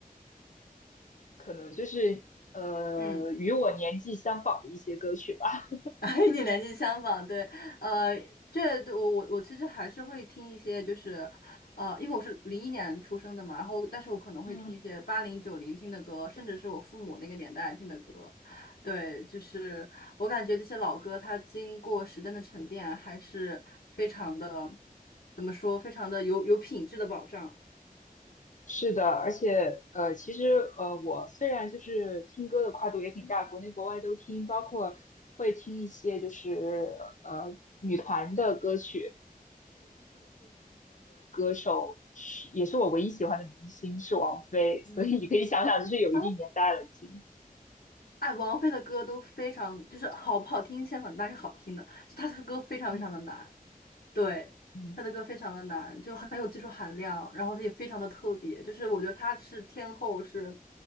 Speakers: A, on the left; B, on the left.
A: 可能就是呃与我年纪相仿的一些歌曲吧。
B: 嗯。<laughs> 与你年纪相仿，对，呃，这我我我其实还是会听一些，就是，呃，因为我是零一年出生的嘛，然后但是我可能会听一些八零九零听的歌，
A: 嗯
B: 甚至是我父母那个年代听的歌，对，就是我感觉这些老歌它经过时间的沉淀，还是非常的，怎么说，非常的有有品质的保障。
A: <laughs> 是的，而且呃，其实呃，我虽然就是听歌的跨度也挺大，国内国外都听，包括会听一些就是呃女团的歌曲，首是也是我唯一喜欢的明星是王菲，
B: 嗯。
A: 所以你可以想想，就是有一定年代了已经。
B: 啊，哎，王菲的歌都非常，就是好不好听，相反，但是好听的，就她的歌非常非常的难。
A: 嗯。
B: 对，
A: 嗯。
B: 他的歌非常的难，就很有技术含量，然后他也非常的特别，就是我觉得他是天后是，